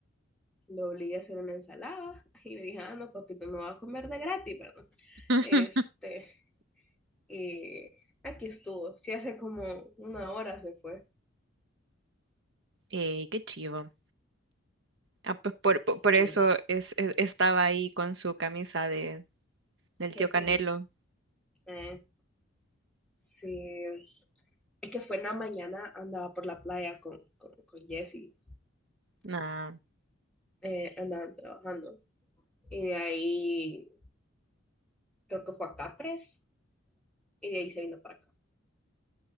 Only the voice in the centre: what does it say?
lo obligué a hacer una ensalada y le dije, ah, no, papito, no va a comer de gratis, ¿verdad?
Este, y aquí estuvo. Sí, hace como una hora se fue.
Sí,
fue
así
Eh, sí, es que fue en la mañana, andaba por la playa con, con, con Jesse
Eh, andaban trabajando. Y de ahí creo que fue a Capres y de ahí se vino para acá.